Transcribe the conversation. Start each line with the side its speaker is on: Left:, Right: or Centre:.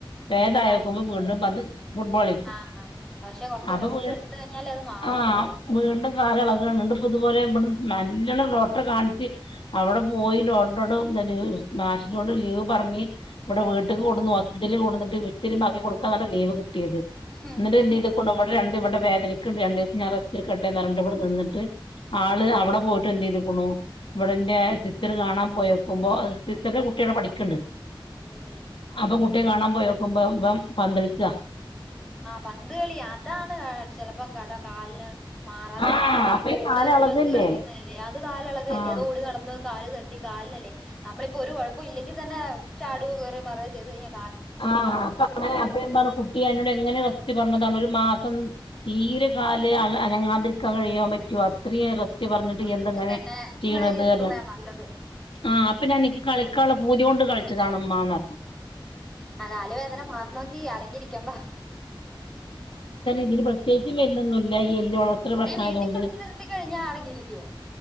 Left: ഭേദായക്കുമ്പോ
Centre: കളിക്കും
Left: വീണ്ടും വത് ഫുട്ബോളിക്കും
Centre: ആഹ് പക്ഷെ കൊറച്ച്
Left: അപ്പൊ
Centre: റെസ്റ്റ്
Left: വീൺ
Centre: എടുത്ത് കഴിഞ്ഞാലേ അത് മാറത്തുള്ളൂ
Left: ആ വീണ്ടും കാല് എളകണുണ്ട്പ്പതുപോലെ വ്ണ് നല്ലോണം ഡോട്ടറെ കാണിച്ച് അവിടെ പോയി ഡോട്ടറോട് എന്തര് മാശിനോട് ലീവ് പറഞ്ഞ ന് ഇവിടെ വീട്ടിക്ക് കൊണ്ടുന്നു ഹോസ്പിറ്റലിൽ കൂടുന്നിട്ട് വിട്ടില് ബാക്കി കൊടു ക്കങ്ങന ലീവ് കിട്ടിയത്
Centre: ഉം
Left: എന്നിട്ട് എന്ത് ചെയ്ത് കൊണ്ടോവിടെ രണ്ട് ഇവിടെ വേദനക്കുണ്ട് രണ്ടീസം ഞാൻ റസ്റ്റ്‌ എടുക്കട്ടേന്ന് പറഞ്ഞിട്ട് ഇവിടെ നിന്നിട്ട് ആള് അവിടെ പോയിട്ട് എന്തെടുക്കുണു ഇവിടെന്റെ സിസ്റ്റർ കാണാൻ പോയോക്കുമ്പോ സിസ്റ്ററിന്റെ കുട്ടിയടെ പഠിക്കണ്ട്
Centre: ഉം.
Left: അപ്പൊ കുട്ടി കാണാൻ പോയർക്കുമ്പോം ഇവൻ പന്തളിച്ചാ
Centre: പന്തുകളി അതാണ് ചെലപ്പം കട കാല്ന് മാറാത്തത്
Left: ആഹ് അപ്പൊ
Centre: ബോള്
Left: ഈ കാലളകില്ലേ
Centre: പന്ത് കളിക്കുന്നല്ലേ അത് കാലളകല്ലേ
Left: ആഹ്
Centre: അത് ഓട് നടന്ന് കാല് തട്ടി കാലിനല്ലേ അമ്മളിപ്പോ ഒരു കുഴപ്പ ഇല്ലെങ്കിൽ തന്നെ ചാടു കയറി മറയ ചെയ്ത് കഴിഞ്ഞ
Left: ആ അപ്പങ്ങനെ അപ്പ പറ എന്നോട് എങ്ങനെ റസ്റ്റ് പറഞ്ഞതാണ് ഒരു മാസം തീരെകാല് അന അനങ്ങാതിരിക്കാൻ കഴിയാ പറ്റു അത്രീ ഞാൻ റസ്റ്റ്‌ പറഞ്ഞിട്ട്
Centre: ഇപ്പം
Left: യെന്താങ്ങനെ
Centre: വീട്ടിൽ തന്നെ
Left: ചെയീയണത്
Centre: ഇരുത്തുന്നതാ
Left: കാരണം
Centre: നല്ലത്
Left: ആ അപ്പ ഞാനിക്ക് കളിക്കാനുള്ള പൂതി കൊണ്ട് കളിച്ചതാണുമ്മാന്ന് പറഞ്ഞ
Centre: ആ കാല് വേദന മാറണമെങ്കി അടങ്ങിയിരിക്കാൻമ്പാ
Left: ഇതില് പ്രത്യേയിച്ച് മെര്ന്നൊന്നുല്ല്യ ഈ എല്ല് <unintelligible> പ്രശ്നായതോണ്ട്
Centre: ഏ വീട്ടിൽ കൊണ്ട് നിർത്തി കഴിഞ്ഞാൽ അടങ്ങിയിരിക്കുവോ